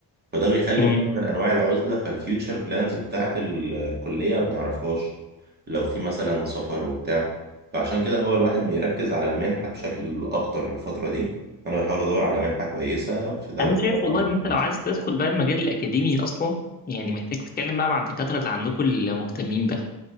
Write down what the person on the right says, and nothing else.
فده بيخلي
في نوع من انواع العزله فالفيوتشر بلانز بتاعت ال- الكليه ما بنعرفهاش لو في مثلا سفر وبتاع فعشان كده هو الواحد بيركز على المنحه بشكل اكتر الفتره دي انا بحاول ادور على منحه كويسه في دوله
طبعا
كويسه